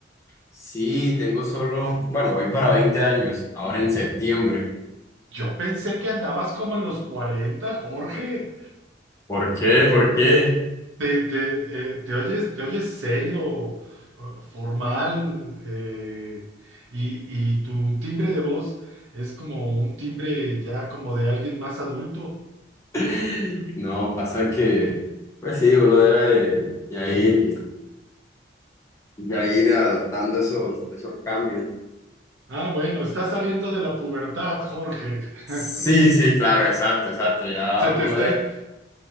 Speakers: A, on the left (about 15°); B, on the right (about 85°).
A: Sí, tengo solo, bueno, voy para 20 años, ahora en septiembre.
B: Yo pensé que andabas como en los cuarenta Jorge.
A: ¿Por qué? ¿Por qué?
B: ¿Te, te, eh, te oyes, te oyes serio, eh, formal, eh, y, y tu timbre de voz es como un timbre ya como de alguien más adulto?
A: <laughs> No, pasa que, pues sí, uno debe ya ir. y ya ir adoptando esos, esos cambios.
B: Ah, bueno, estás saliendo de la pubertad, Jorge.
A: Sí,
B: <laughs>
A: sí, claro, exacto, exacto. Ya
B: Se te
A: uno
B: está,
A: debe,